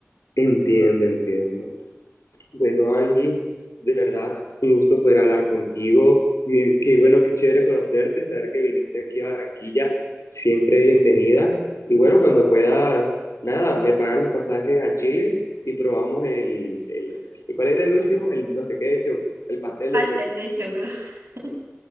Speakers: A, on the left (about 85°); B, on the right (about 60°).
A: entiendo, entiendo. Bueno, Angie, de verdad, un gusto poder hablar contigo. Mi- Qué bueno, qué chévere conocerte, saber que viniste aquí a Barranquilla. Siempre bienvenida. Y bueno, cuando puedas, nada, me pagan los pasajes a Chile y probamos el, el, ¿y ¿cuál era el último? El no sé qué de choco, el pastel
B: Pastel
A: de choco.
B: de choclo. <laughs>